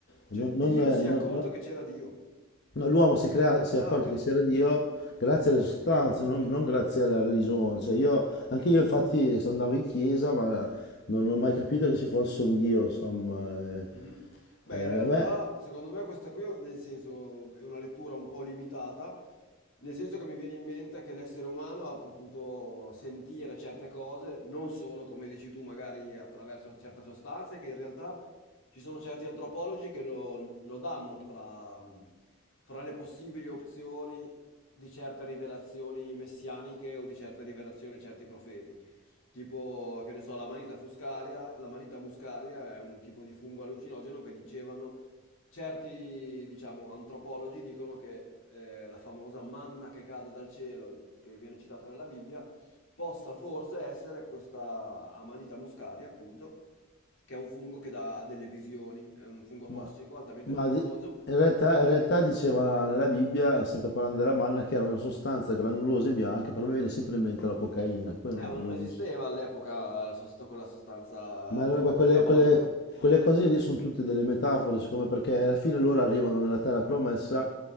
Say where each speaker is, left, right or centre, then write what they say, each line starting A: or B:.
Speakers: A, on the left; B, on the left.
A: Non,
B: Cioè, Dio
A: non- non-
B: si è accorto
A: non-
B: che c'era Dio.
A: No, l'uomo si è, crea- si è
B: Ah,
A: accorto
B: ok.
A: che c'era Dio grazie alle sostanze, non, non grazie alla religione. Cioè io, anche io infatti andavo in chiesa, ma non ho mai capito che ci fosse un Dio, insomma. eh.
B: Mhm. Beh,
A: Eh,
B: in realtà,
A: a me-
B: secondo me questa qui, nel senso, è una lettura un po' limitata, nel senso che mi viene in mente che l'essere umano ha potuto sentire certe cose, non solo, come dici tu, magari attraverso certe sostanze, che in realtà ci sono certi antropologi che lo, lo danno fra, fra le possibili opzioni di certe rivelazioni messianiche o di certe rivelazioni a certi profeti. Tipo, che ne so, la manita fuscaria, la manita muscaria è un tipo di fungo allucinogeno che dicevano, certi, diciamo, antropologi dicono che eh, la famosa manna che cade dal cielo, che viene citata nella Bibbia, possa forse essere questa amanita muscaria, appunto, che è un fungo che dà delle visioni, è un fungo
A: ma,
B: tossico, altamente
A: ma
B: pericoloso.
A: di- in realtà, in realtà diceva nella Bibbia, eh, sempre parlando della manna, che era una sostanza granulosa e bianca, per me viene sempre in mente la cocaina, poi non,
B: Eh, ma non
A: non-
B: esisteva all'epoca la sost- quella sostanza
A: Ma, no-
B: diabolica.
A: ma quelle, quelle- quelle cose lì sono tutte delle metafore, siccome perché alla fine loro arrivano nella terra promessa